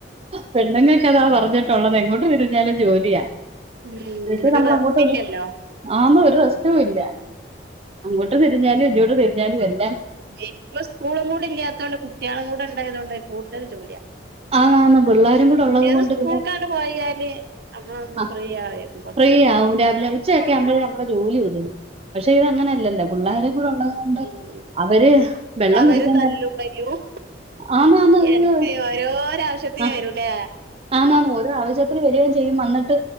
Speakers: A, on the right (about 35°); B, on the right (about 60°).
A: പെണ്ണുങ്ങക്കതാ പറഞ്ഞ ട്ടുള്ളതെ എങ്ങോട്ട് തിരിഞ്ഞാലും ജോലിയാ.
B: ഉം
A: എന്ന് വച്ച്
B: ഒരു
A: നമ്മൾ
B: റെസ്റ്റില്ലല്ലോ
A: അങ്ങോട്ട് <unintelligible> ആന്ന് ഒര് റസ് സ്റ്റൂല്ലാ. അങ്ങോട്ട് തിരിഞ്ഞാലും ഇങ്ങോട്ട് തിരി ഞാലു എൽ
B: <unintelligible> ഇപ്പം സ്കൂളും കൂടി ഇല്യാ ത്തോണ്ട് കുട്ടിയാളും കൂടെ ഉണ്ടായതുകൊണ്ടേ കൂടുതൽ ജോലിയാ.
A: ആന്ന് ആന്ന് പിള്ളേരും കൂടെ ഉള്ളത്
B: മറ്റേത്
A: കൊണ്ട്
B: സ്കൂൾക്കാണ്ട്
A: പിന്നെ
B: പോയാല് നമ്മളൊന്ന്
A: അഹ്
B: ഫ്രീ ആയിരുന്നു കൊറച്ച്
A: ഫ്രീയാവും രാവിലെ ഉച്ചയൊക്കെ ആവുമ്പോഴേ നമ്മടെ ജോലി <unintelligible> പക്ഷെ ഇതങ്ങനല്ലല്ലോ പിള്ളാര് കൂടള്ളതോണ്ട്
B: ഉം
A: അവര് വെള്ളം
B: അവര്
A: കുടിക്കണ്ട
B: തല്ലും വരും
A: ആന്ന് ആന്ന് ഉയ്യോ
B: എടക്ക് ഓരോരോ ആവശ്യത്തിന്
A: ആ
B: വരൂലേ
A: ആന്ന് ആന്ന് ഓരോ ആവശ്യത്തിന് വരേം ചെയ് ചെയ്യും അന്നിട്ട്